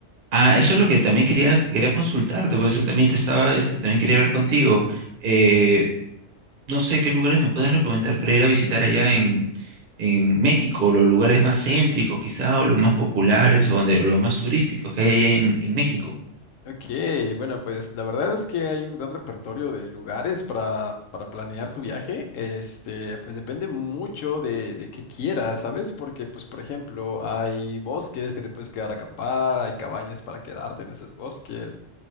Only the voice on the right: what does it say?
Ah, eso es lo que también quería, quería consultarte, por eso también te estaba, este, también quería hablar contigo. Eh, no sé qué lugares me puedes recomendar para ir a visitar allá en, en México, los lugares más céntricos quizá, o los más populares, o donde, o los más turísticos que hay allá en, en México.